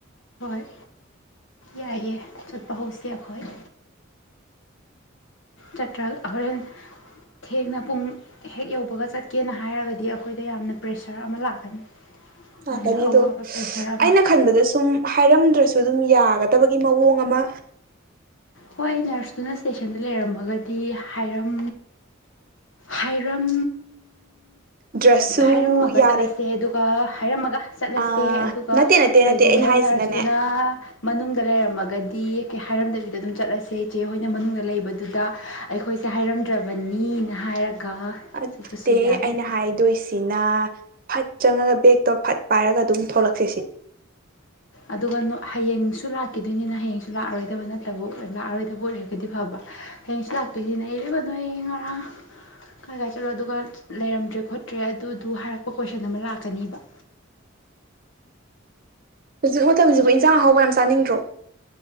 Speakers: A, on the left; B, on the right.
A: ꯍꯣꯏ ꯌꯥꯏꯑ ꯆꯠꯄ ꯍꯧꯁꯤ ꯑꯩꯈꯣꯏ ꯆꯠꯇ꯭ꯔꯒ ꯍꯣꯔꯦꯟ ꯊꯦꯡꯅ ꯄꯨꯡ ꯍꯦꯛ ꯌꯧꯕꯒ ꯆꯠꯀꯦꯅ ꯍꯥꯏꯔꯒꯗꯤ ꯑꯩꯈꯣꯏꯗ ꯌꯥꯝꯅ ꯄ꯭ꯔꯦꯁꯔ ꯑꯃ ꯂꯥꯛꯀꯅꯤ
B: ꯂꯥꯛꯀꯅꯤ
A: ꯌꯥꯝꯅ
B: ꯑꯗꯣ
A: ꯑꯋꯥꯕ ꯄ꯭ꯔꯦꯁꯔ ꯑꯃ
B: ꯑꯩꯅ ꯈꯟꯕꯗ ꯁꯨꯝ ꯍꯥꯏꯔꯝꯗ꯭ꯔꯁꯨ ꯑꯗꯨꯝ ꯌꯥꯒꯗꯕꯒꯤ ꯃꯑꯣꯡ ꯑꯃ
A: ꯍꯣꯏ ꯅꯔꯁꯇꯨꯅ ꯏꯁꯇꯦꯁꯟꯗ ꯂꯩꯔꯝꯃꯒꯗꯤ ꯍꯥꯏꯔꯝ ꯍꯥꯏꯔꯝ
B: ꯗ꯭ꯔꯁꯁꯨ
A: ꯍꯥꯏꯔꯝꯃꯒ
B: ꯌꯥꯔꯦ
A: ꯆꯠꯂꯁꯦ ꯑꯗꯨꯒ ꯍꯥꯏꯔꯝꯃꯒ ꯆꯠꯂꯁꯦ
B: ꯑ
A: ꯑꯗꯨꯒ
B: ꯅꯠꯇꯦ ꯅꯠꯇꯦ
A: ꯀꯩꯒꯨꯝꯕ
B: ꯅꯠꯇꯦ ꯑꯩꯅ ꯍꯥꯏꯁꯤꯅꯅꯦ
A: ꯅꯔꯁꯇꯨꯅ ꯃꯅꯨꯡꯗ ꯂꯩꯔꯝꯃꯒꯗꯤ ꯀꯩ ꯍꯥꯏꯔꯝꯗꯕꯤꯗ ꯑꯗꯨꯝ ꯆꯠꯂꯁꯦ ꯏꯆꯦ ꯍꯣꯏꯅ ꯃꯅꯨꯡꯗ ꯂꯩꯕꯗꯨꯗ ꯑꯩꯈꯣꯏꯁꯦ ꯍꯥꯏꯔꯝꯗ꯭ꯔꯕꯅꯤꯅ ꯍꯥꯏꯔꯒ
B: ꯑꯠꯇꯦ
A: ꯆꯠꯄꯁꯨ ꯌꯥꯏ
B: ꯑꯩꯅ ꯍꯥꯏꯗꯣꯏꯁꯤꯅ ꯐꯠ ꯆꯪꯉꯒ ꯕꯦꯛꯇꯣ ꯐꯠ ꯄꯥꯏꯔꯒ ꯑꯗꯨꯝ ꯊꯣꯛꯂꯛꯁꯦ ꯁꯤ
A: ꯑꯗꯨꯒ ꯍꯌꯦꯡꯁꯨ ꯂꯥꯛꯈꯤꯗꯣꯏꯅꯤꯅ ꯍꯌꯦꯡꯁꯨ ꯂꯥꯛꯑꯔꯣꯏꯗꯕ ꯅꯠꯇꯕꯕꯨ ꯂꯥꯛꯑꯔꯣꯏꯗꯕꯨ ꯑꯣꯏꯔ ꯀꯗꯤ ꯐꯕ ꯍꯌꯦꯡ ꯁꯤ ꯂꯥꯛꯇꯣꯏꯁꯤꯅꯦ ꯏꯔꯦꯝꯕꯗꯣ ꯍꯌꯦꯡ ꯉꯔꯥꯡ ꯀꯥꯏ ꯀꯥꯏ ꯆꯠꯂꯣ ꯑꯗꯨꯒ ꯂꯩꯔꯝꯗ꯭ꯔꯦ ꯈꯣꯠꯇ꯭ꯔꯦ ꯑꯗꯨꯗꯨ ꯍꯥꯏꯔꯛꯄ ꯀꯣꯏꯁꯟ ꯑꯃ ꯂꯥꯛꯀꯅꯦꯕ
B: ꯍꯧꯖꯤꯛ ꯃꯇꯝꯁꯤꯕꯨ ꯏꯟꯖꯥꯡ ꯑꯍꯥꯎꯕ ꯌꯥꯝ ꯆꯥꯅꯤꯡꯗ꯭ꯔꯣ